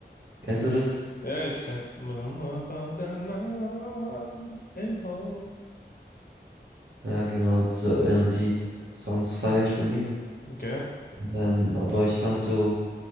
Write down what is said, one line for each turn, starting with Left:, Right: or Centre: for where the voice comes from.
Right: Kennst du das?
Left: Ja, ich kenn's. Mama war der Mann im Haus.
Right: Ja, genau. So, ähm, die Songs feiere ich von ihm.
Left: Okay.
Right: Ähm, aber ich fand so